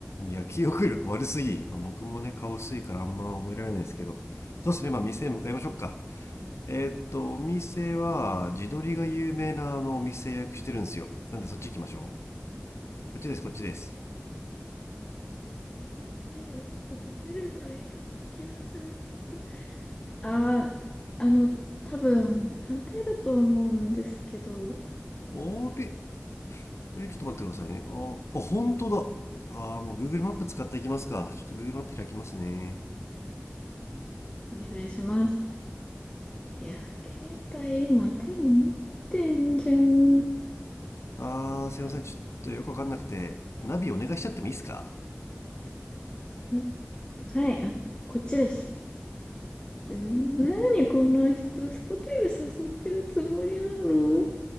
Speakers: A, on the left (about 85°); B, on the left (about 20°).
A: いや記憶力悪すぎ、まあ僕もね顔薄いからあんま覚えられないですけどそうですねまあ店へ向かいましょうかえーっとお店は地鶏が有名なあのお店予約してるんですよなんでそっち行きましょうこっちですこっちです
B: えっと、ホテル街だった気がするけど。ああ、あの、多分、反対だと思うんですけど、お
A: あれえちょっと待ってくださいねああ本当だあーもう Google マップ使っていきますかちょっと Google マップ開きますね
B: 願いします。いや、携帯今手に持ってんじゃん。
A: あーすいませんちょっとよくわかんなくてナビお願いしちゃってもいいですか
B: えはい、あ、こっちです。で、なにこの人、ホテル誘ってるつもりなの